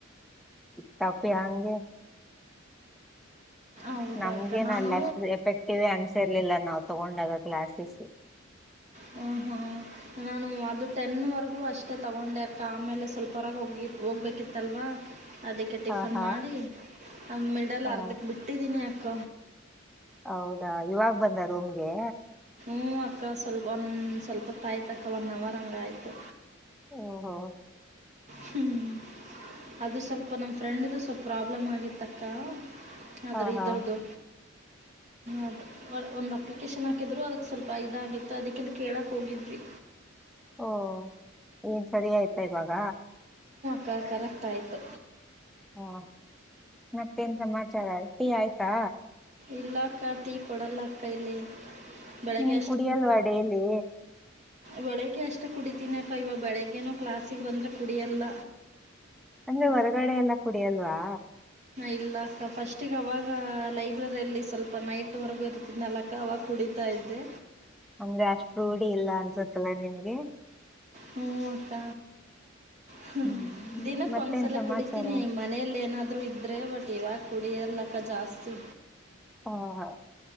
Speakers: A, in the centre; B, on the right.
A: ತಪೆ ಆಂಗಗೆ
B: ಹೌದಾ
A: ನಮ್ಗೇನ
B: ಅಕ್ಕ ನಾನು
A: ಅಲ್ಲ ಅಷ್ಟು ಎಫೆಕ್ಟಿವೇ ಅನ್ಸಿರ್ಲಿಲ್ಲ ನಾವು ತಗೊಂಡಾಗ ಕ್ಲಾಾಸಸ್
B: ಹ ಹಾ ನಾನು ಅದು ಟೆನ್ ವರೆಗೂ ಅಷ್ಟೇ ಮತ್ತೆ ತಗೊಂಡೆಕ್ಕ ಆಮೇಲೆ ಸ್ವಲ್ಪ ಹೊರಗೆ ಒಗಿ ಹೋಗ್ಬೇಕಿತ್ತಲ್ವಾ ಅದಕ್ಕೆ ಟಿಫನ್
A: ಹಾ ಹಾ
B: ಮಾಡಿ ಮಿಡಲ್
A: ಹಾ
B: ಅರ್ಧಕ್ ಬಿಟ್ಟಿದೀನಿ ಕ್ಕ
A: ಹೌದಾ ಇವಾಗ ಬಂದ ರೋಮ್ಗೆ
B: ಹ್ಮ್ಮ್ ಅಕ್ಕ ಸ್ವಲ್ಪ ಒಂದು ಸ್ವಲ್ಪ ತಾಯಿ್ತ ಅಕ್ಕ ಒನ್ ಅವರ್ ಹಂಗ ಆಾಯ್ತು
A: ಓ ಹೋ
B: ಹ್ಮ್ ಅದು ಸ್ವಲ್ಪ ನಮ ಫ್ರೆಂಡ್ದು ಸ್ವಲ್ಪ ಪ್ರಾಬ್ಲಮ್ ಆಗಿತ್ತಕ್ಕ ಅದ್ರೆ
A: ಹಾ
B: ಇರ್ದದು.
A: ಹಾ
B: ಅದು ಒಂದು ಅಪ್ಲಿಕೇಶನ್ ಹಾಕಿದ್ರು ಅದಕ್ಕೆ ಸ್ವಲ್ಪ ಇದಾಗಿತ್ತು ಅದಕ್ಕಿಲ್ಲಿ ಕೇಳಕ್ಕೆ ಹೋಗಿದ್ವಿ
A: ಹೋ. ಏನ್ ಸರಿ ಆಯ್ತಾ ಇವಾಗ
B: ಕ ಕರೆಕ್ಟ್ ಆಯಿತು
A: ಓ ಮತ್ತೆನ್ ಸಮಾಚಾರ ಟೀ ಆಯ್ತಾ
B: ಇಲ್ಲಾಕ್ಕ ಟೀ ಕೊಡಲ್ಲ ಅಕ್ಕಿ ಇಲ್ಲಿ ಬೆಳಗ್ಗೆ
A: ನೀನ್ ಕುಡಿಯಲ್ವಾ ಡೇಲಿ
B: ಬೆಳಿಗ್ಗೆ ಅಷ್ಟು ಕುಡಿತೀನ ಅಕ್ಕ ಇವಾಗ ಬೆಳಗ್ಗೆನೂ ಕ್ಲಾಸಿಗೆ ಬಂದ್ರೆ ಕುಡಿಯಲ್ಲ
A: ಅಂದ್ರೆ ಹೊರಗಡೆ ಎಲ್ಲ ಕುಡಿಲ್ವಾ
B: ಇಲ್ಲಕ್ಕ ಫಸ್ಟಿಗೆ ಅವಾಗ ಲೈಬ್ರರಿಯಲ್ಲಿ ಸ್ವಲ್ಪ ನೈಟ್ ವರ್ಗ ಇರ್ತಿದ್ದನಲಕ ಅವಾಗ ಕುಡಿತಾ ಇದ್ದೆ
A: ಅಂದ್ರೆ ಅಷ್ಟು ರೂಢಿ ಇಲ್ಲ ಅನ್ಸತ್ತಲ್ಲ ನಿನ್ಗೆ
B: ಹೂಂ ಅಕ್ಕ ಹ್ಮ
A: ಹ್ಮ್
B: ದಿನಕ್
A: ಮತ್ತೇನ್
B: ಒಂದ್ಸಲ
A: ಸಮಾಚಾರ
B: ಕುಡಿತೀನಿ ಮನೇಲಿ ಏನಾದ್ರು ಇದ್ರೆ ಬಟ್ ಇವ ಕುಡಿಯಲಕ್ಕ ಜಾಸ್ತಿ
A: ಹಾ ಹಾ